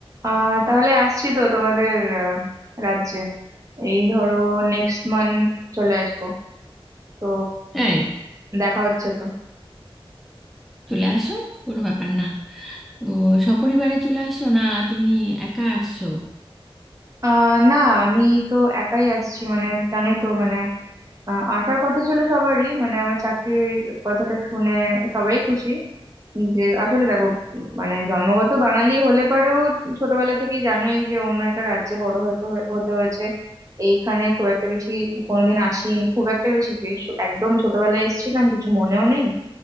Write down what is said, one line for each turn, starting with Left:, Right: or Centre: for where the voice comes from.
Right: আহ তাহলে আসছি তো তোমাদের আহ, রাজ্যে এই ধরো নেক্সট মান্থ চলে আসবো তো
Centre: তাই
Right: দেখা হচ্ছে তো
Centre: চলে আসো কোনো ব্যাপার না তো সপরিবারে চলে আসো না তুমি একা আসছো
Right: আহ না আমি তো একাই আসছি মানে জানোই তো মানে আহ, আসার কথা ছিল সবারই মানে আমার চাকরির কথাটা শুনে সবাই খুশি যে আসলে দেখো উম, মানে জন্মগত বাঙালি হলে পারেও ছোটবেলা থেকেই জানোই যে অন্য একটা রাজ্যে বড় হতে হয়ে- হতে হয়েছে এইখানে খুব একটা বেশি কোনোদিন আসিনি খুব একটা বেশি কি ছো- একদম ছোটবেলায় এসেছিলাম কিছু মনেও নেই